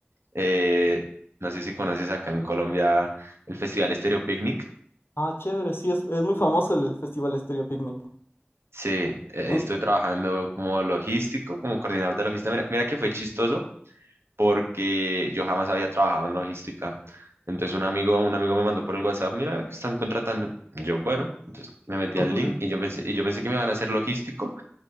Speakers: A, on the right (about 85°); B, on the left (about 65°).
A: Eh, no sé si conoces acá en Colombia el Festival Estéreo Picnic.
B: Ah, chévere, sí, es, es muy famoso el Festival Estéreo Picnic.
A: Sí, eh,
B: En-
A: ahí estuve trabajando como logístico, como coordinador de logística. Mira, mira que fue chistoso porque yo jamás había trabajado en logística. Entonces un amigo, un amigo me mandó por el WhatsApp, mira, que están contratando. Yo, bueno, entonces me metí
B: <laughs>
A: al link y yo pensé, y yo pensé que me iban a hacer logístico